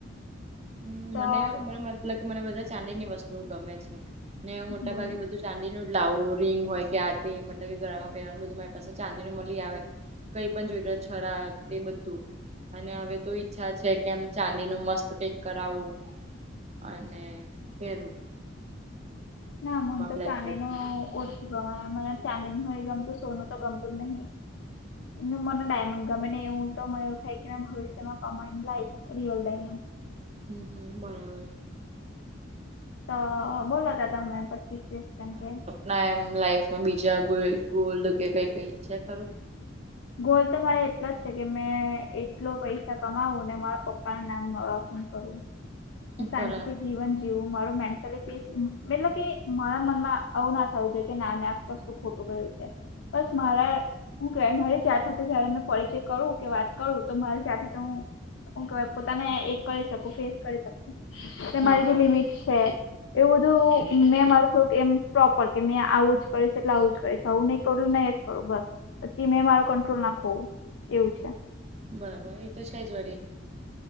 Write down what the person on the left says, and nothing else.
તો
હમ
ના મન તો
ચાંદીનું ઓછું ગમે. મને ચાંદી નહી ગમતું સોનું તો ગમતું જ નહી. મને ડાયમંડ ગમેને એવું તો મને એવું થાય કે મે ભવિષ્યમાં કમાઈને લાઈશ રિયલ ડાયમંડ.
તો બોલો તો તમે પચીસ ત્રીસ ટકે
ગોલ તો મારો એટલો જ છે કે મે એટલા પૈસા કમાઉં અને મારા પપ્પાનું નામ રોશન કરું. અને શાંતિથી
જીવન જીવવું મારું મેન્ટલી પીસ મતલબ કે મારા મનમાં આવું ના થવું જોયે કે મેં કશુ ખોટું કર્યું છે બસ મારા હું કેવાય મારે જ તારી સાથે જ્યારે હું પરિચય કરું કે વાત કરું તમારી સાથે તો હું ઓકે, પોતાને એક કરી શકું, ફેસ કરી શકું.
મારી
જે લિમિટ છે. એવું બધું મેં મારું થોડુંક એમ પ્રોપર કે મેં આવું જ કરીશ એટલે આવું જ કરીશ. આવું નહીં કરું ને એ જ કરું. બસ, પછી મારો કંટ્રોલ ના ખોઉં એવું છે.